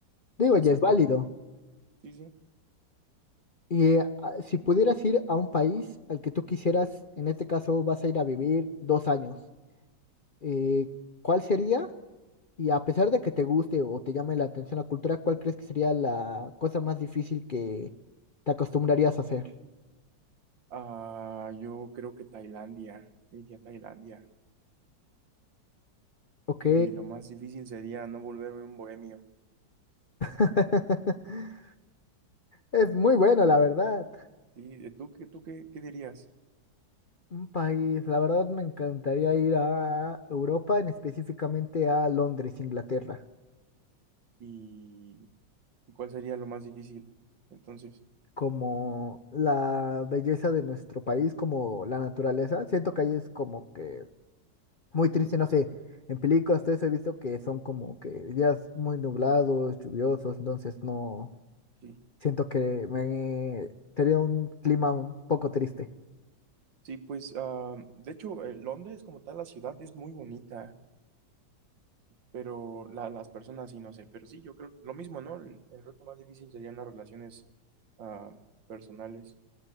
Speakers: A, on the left; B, on the right.
A: Digo,
B: Exactamente.
A: ya es válido.
B: Sí, sí.
A: Y eh, a- si pudieras ir a un país al que tú quisieras, en este caso vas a ir a vivir dos años, eh, ¿cuál sería? Y a pesar de que te guste o te llame la atención la cultura, ¿cuál crees que sería la cosa más difícil que te acostumbrarías a hacer?
B: Ah, yo creo que Tailandia, iría a Tailandia.
A: Ok,
B: Y lo más difícil sería no volverme un bohemio.
A: <laughs> es muy bueno, la verdad.
B: Sí, ¿y ¿tú qué, tú qué, qué dirías?
A: Un país, la verdad me encantaría ir a Europa, en específicamente a Londres, Inglaterra.
B: ¿Y, y cuál sería lo más difícil? Entonces,
A: como la belleza de nuestro país, como la naturaleza. Siento que ahí es como que muy triste, no sé, en películas todo eso he visto que son como que días muy nublados, lluviosos, entonces no,
B: sí.
A: siento que me sería un clima un poco triste.
B: Sí, pues, ah, de hecho, eh, Londres como tal, la ciudad es muy bonita, pero la- las personas sí, no sé. Pero sí, yo creo lo mismo, ¿no? El, el reto más difícil serían las relaciones ah, personales.